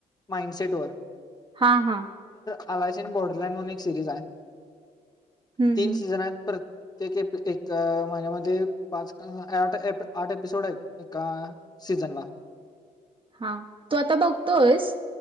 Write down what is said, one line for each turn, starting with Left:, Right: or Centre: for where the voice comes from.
Left: माइंडसेट वर.
Right: हा हा.
Left: अलायसिन बोर्डरलँड म्हणून एक सिरीज आहे,
Right: हम्म
Left: तीन
Right: हम्म
Left: सीझन आहेत परत. ते एक माझ्यामध्येध्ये पाच आठ आठ एपिसोड आहेत एका <unintelligible> सीझन ला.
Right: हा तू आता बघतोस